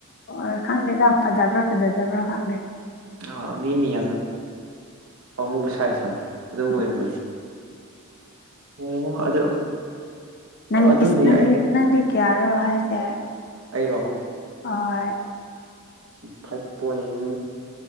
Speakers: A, on the left (about 45°); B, on the right (about 65°).
A: ꯑꯣ ꯈꯪꯗꯦꯗ ꯐꯖꯥꯕ꯭ꯔ ꯐꯖꯥꯖꯕ꯭ꯔ ꯈꯪꯗꯦ
B: ꯑ ꯃꯤ ꯃꯤ ꯌꯥꯝꯅꯥꯃꯨ ꯄꯥꯝꯃꯨꯕ ꯁꯥꯏꯖꯇꯣ ꯑꯗꯨ ꯑꯣꯏꯔꯝꯃꯅꯤ
A: ꯎꯝ
B: ꯑꯣ ꯑꯗꯨ
A: ꯅꯪ
B: ꯑꯗꯨꯅꯤ
A: ꯏꯗꯤ
B: ꯑꯩ
A: ꯏꯗꯤ ꯀꯌꯥꯔꯣ ꯍꯥꯏꯁꯦ
B: ꯑꯩꯔꯣ
A: ꯍꯣꯏ
B: five point